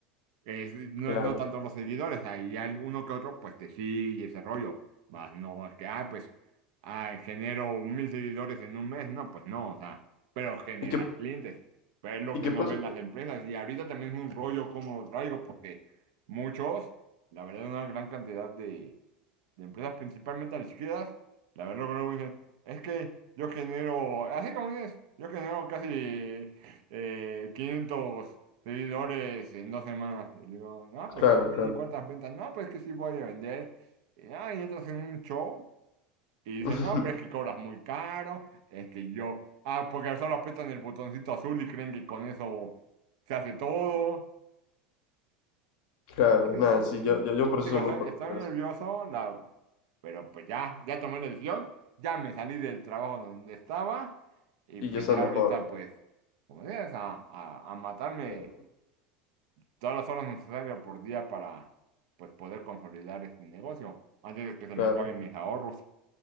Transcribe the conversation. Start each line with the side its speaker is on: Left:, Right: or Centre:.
Right: Es, no,
Left: claro.
Right: no tanto los seguidores, ahí hay uno que otro, pues, te sigue y ese rollo. Más no es que, ah, pues, ah, genero mil seguidores en un mes. No, pues no, o sea, pero generas
Left: ¿Y qué,
Right: clientes. Pero es lo
Left: y
Right: que
Left: qué
Right: no
Left: pasó?
Right: ven las empresas. Y ahorita también es un rollo como los traigo, porque muchos, la verdad, una gran cantidad de de empresas principalmente a la izquierda, la verdad lo que no me dicen, es que yo genero, así como dices, yo genero casi eh, 500 seguidores en dos semanas. Y digo, no,
Left: Claro,
Right: pues está bien,
Left: claro.
Right: ¿y cuántas ventas? No, pues es que sí voy a vender. Y, no, y entras en un show y dicen,
Left: <laughs>
Right: no, pero es que cobras muy caro, es que yo, ah, porque solo apretan el botoncito azul y creen que con eso se hace todo.
Left: Claro,
Right: Ah, sí,
Left: nada,
Right: sí,
Left: sí,
Right: sí.
Left: yo, yo, yo un
Right: sí,
Left: proceso
Right: Digo, estoy,
Left: muy por
Right: estoy
Left: detrás
Right: nervioso, la... pero pues ya, ya tomé la decisión, ya me salí del trabajo donde estaba y
Left: y
Right: pues
Left: ya estás
Right: ya
Left: mejor.
Right: ahorita pues, como dices, a, a, a matarme
Left: eh,
Right: todas las horas necesarias por día para pues poder consolidar este negocio antes de que se
Left: Claro,
Right: me acaben mis ahorros.